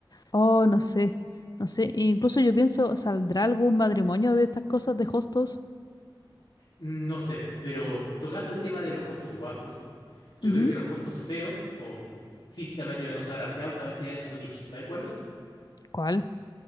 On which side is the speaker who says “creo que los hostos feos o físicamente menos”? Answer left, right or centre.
Left